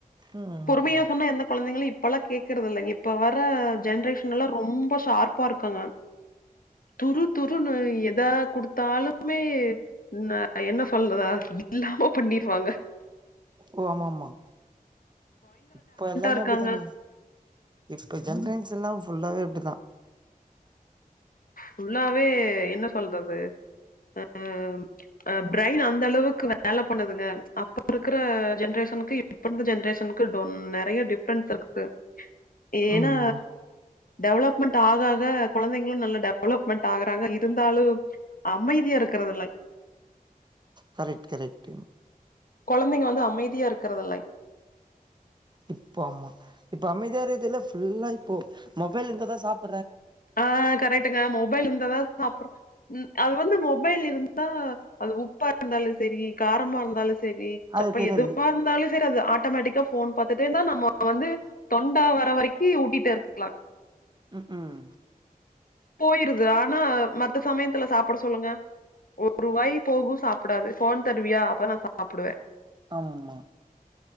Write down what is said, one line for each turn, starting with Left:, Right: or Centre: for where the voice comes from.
Right: ம்
Left: பொறுமையா சொன்னா எந்த கொழந்தைங்களு இப்பெல்லா கேக்குறதில்லங் இப்ப வர ஜென்ரேஷன் எல்லா ரொம்ப ஷார்ப்பா இருக்காங்க துரு துருனு எதா குடுத்தாலுமே ந என்ன சொல்ற இல்லாம பண்ணிடுவாங்க
Right: ஓ ஆமா ஆமா இப்ப எல்லாமே
Left: இருக்காங்க
Right: அப்படிதாங்க இப்ப ஜென்ரேசன் எல்லா ஃபுல்லாவே அப்டிதா
Left: ஃபுல்லாவே என்ன சொல்றது அ அ பிரைன் அந்த அளவுக்கு வேல பண்ணுதுங்க அப்ப இருக்கற ஜென்ரேஷன்க்கு இ ப்ப இருந்த ஜென்ரேஷனுக்கு டொ நெறையா டிஃப்ரென்ஸ் இருக்குது ஏன்னா
Right: ம்
Left: டெவலப்மெண்ட் ஆக ஆக கொழந்தைங்களு நல்ல டெ வலப்மென்ட் ஆகறாங்க இருந்தாலு அமைதியா இருக்குறதில்ல
Right: கரக்ட் கரக்ட்ங்
Left: கொழந்தைங்க வந்து அமைதியா இருக்குறதில்லை
Right: இப்பொ ஆமா இப்ப அமைதியா இருக்றதில்ல ஃபுல்லா இப்போ மொபைல் இருந்தாதா சாப்
Left: ஆ கரெக்ட்டுங்க மொபைல் இருந்தாதா சாப்படற ம் அது வந்து மொ பைல் இருந்தா அது உப்பா இருந்தாலு சரி காரமா இருந்தாலு சரி
Right: அது
Left: சப்பை
Right: தெரியாது
Left: எதுவா இருந்தாலு சரி அது ஆட்டோமேட்டிக்கா ஃபோன் பாத்துட்டேதா நம்ம வந்து தொண்ட வர வரைக்கு ஊட்டிட்டு இருக்கலா
Right: ம்ஹூம்
Left: போயிருது ஆனா மத்த சமயத்துல சாப்பட சொல்லுங்க ஒரு வாய் போகு சாப்படாது ஃபோன் தருவியா அப்பதா நா சாப்பிடுவ
Right: அம்மா